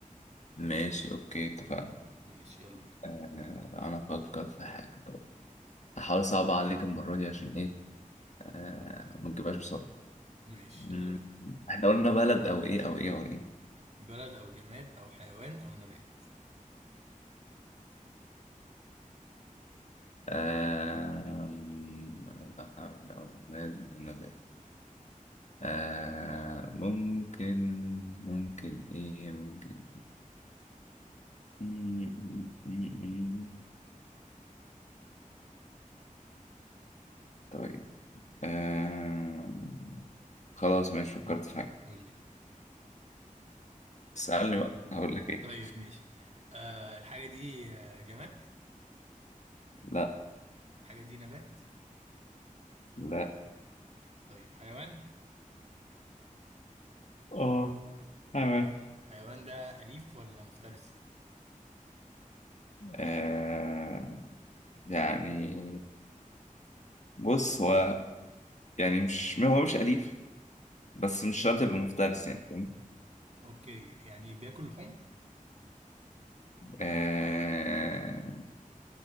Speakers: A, on the left; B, on the right.
A: ماشي اوكي اتفقنا
B: ماشي يلا بينا
A: آه، انا افكر في حاجه طب هحاول اصعب عليك المره دي عشان ايه آه، ما تجيبهاش بسرعه
B: ماشي
A: مم،
B: يلا بينا
A: احنا قلنا بلد او ايه او ايه او ايه
B: بلد او جماد او حيوان او نبات
A: آه، مم، أو بلاد أو نبات. آه، ممكن ممكن ايه ممكن مم، مم، مم، مم. طيب آه... خلاص ماشي فكرت
B: امم
A: في حاجة
B: قول لي
A: اسألني بقى هقول لك ايه
B: طيب ماشي آه الحاجه دي آه، جماد
A: لا
B: الحاجه دي نبات
A: لا
B: طيب حيوان
A: اه تمام
B: ماشي حيوان ده اليف ولا مفترس
A: آه... يعني بص هو يعني مش هو مش أليف بس مش شرط
B: امم
A: يبقى مفترس يعني فاهم؟
B: اوكي يعني بياكل لحوم
A: آه...